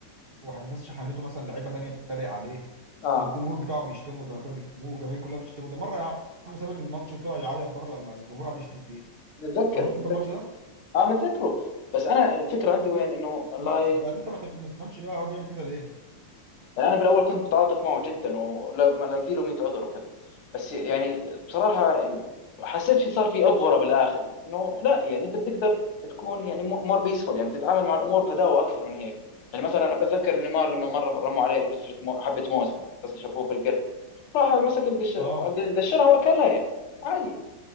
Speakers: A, on the right (about 55°); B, on the left (about 80°).
A: والناس شحنته مثلا لعيبه تانية بتتريق عليه
B: اه
A: الجمهور بتاعه بيشتمه زي ما كانوا بيشتموه والجماهير كلها بتشتمه ده مره يا عم ساب الماتش وطلع يعيط بره لما الجمهور قعد يشتم فيه
B: متذكر
A: حضرت
B: متذكر
A: انت الماتش ده
B: اه متذكره بس انا الفكره عندي وين انه والله
A: بس فانت ما تف- ما تفهمش بقى هو بيعمل كده ليه
B: يعني انا بالاول كنت متعاطف معه جدا ولما الاقي له 100 عذر وكذا بس يعني بصراحه حسيت في صار في افوره بالاخر يعني انه لا يعني انت بتقدر تكون يعني مور بيسفول يعني بتتعامل مع الامور بهداوه اكثر من هيك يعني مثلا أنا بتذكر نيمار لما مره رموا عليه قشره مو... حبه موز بس شافوه بالقرد راح مسك القش
A: اه
B: قشرها واكلها يعني عادي